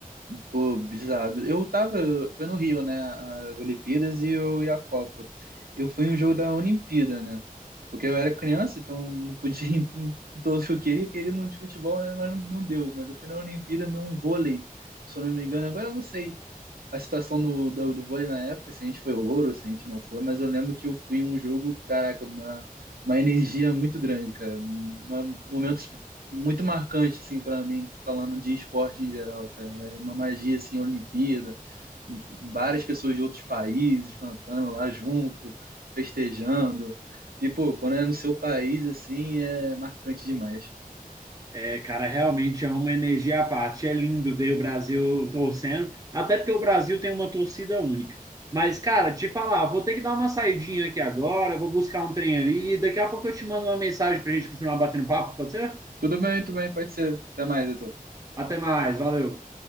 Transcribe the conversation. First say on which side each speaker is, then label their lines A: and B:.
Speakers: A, on the right; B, on the right.
A: Pô, bizarro. Eu tava, foi no Rio, né? As Olimpíadas e, eu, e a Copa. Eu fui em um jogo da Olimpíada, né? Porque eu era criança, então não podia <laughs> ir em todos que eu queria. Eu queria no de futebol, né? Mas não, não deu. Mas eu fui na Olimpíada num vôlei, se eu não me engano. Agora eu não sei a situação do, do, do vôlei na época, se a gente foi ouro, se a gente não foi, mas eu lembro que eu fui em um jogo, caraca, uma, uma energia muito grande, cara. Uma, momentos muito marcantes, assim, para mim, falando de esporte em geral, cara. É uma magia, assim, Olimpíada, várias pessoas de outros países cantando lá junto, festejando. E, pô, quando é no seu país, assim, é marcante demais.
B: É, cara, realmente é uma energia à parte. É lindo ver o Brasil torcendo, até porque o Brasil tem uma torcida única. Mas, cara, te falar, vou ter que dar uma saidinha aqui agora, vou buscar um trem ali, e daqui a pouco eu te mando uma mensagem pra gente continuar batendo papo, pode ser?
A: Tudo bem, tudo bem, pode ser. Até mais, Heitor.
B: Até mais, valeu.